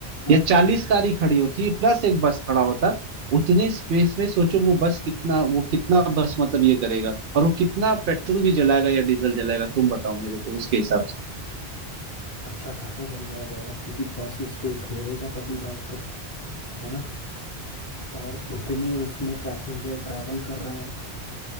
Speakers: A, on the left; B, on the right.
A: हाँ
B: या चालीस कारें खड़ी होती प्लस एक बस खड़ा होता उतने स्पेस में सोचो वो बस कितना वो कितना बस मतलब ये करेगा और वो कितना पेट्रोल भी जलाएगा या डीजल जलाएगा तुम बताओ मेरे को उसके हिसाब से
A: अच्छा खासा जल जाएगा यार क्योंकि बस स्पेस घेरेगा पहली बात तो है ना और उतने उसमें पैसेंजर ट्रैवल कर रहे हैं